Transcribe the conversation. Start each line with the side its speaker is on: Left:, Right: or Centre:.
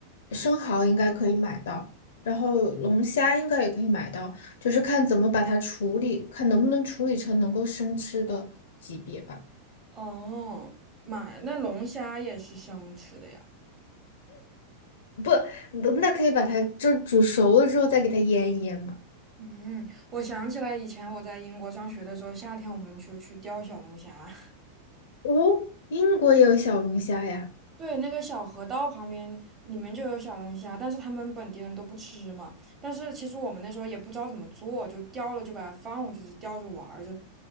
Left: 生蚝应该可以买到，然后龙虾应该也可以买到，就是看怎么把它处理，看能不能处理成能够生吃的级别吧。
Right: 哦，买那龙虾也是生吃的呀。
Left: 不，那可以把它就煮熟了之后再给它腌一腌嘛。
Right: 嗯，我想起来以前我在英国上学的时候，夏天我们就去钓小龙虾。
Left: 哦，英国也有小龙虾呀。
Right: 对，那个小河道旁边里面就有小龙虾，但是他们本地人都不吃嘛。但是其实我们那时候也不知道怎么做，就钓了就把它放回去，就钓着玩儿，就